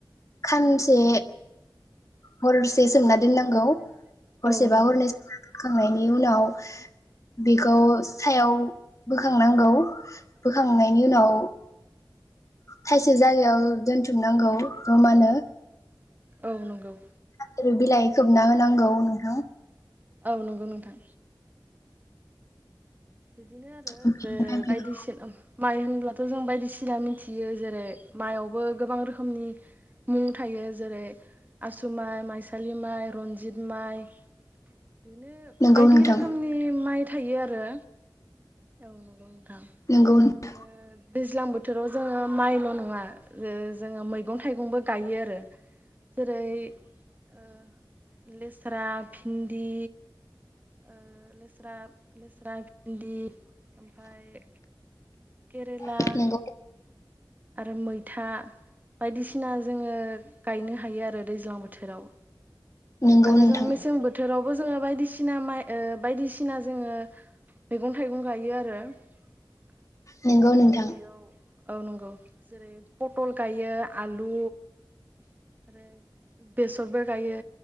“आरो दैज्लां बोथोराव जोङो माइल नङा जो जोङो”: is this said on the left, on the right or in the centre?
Right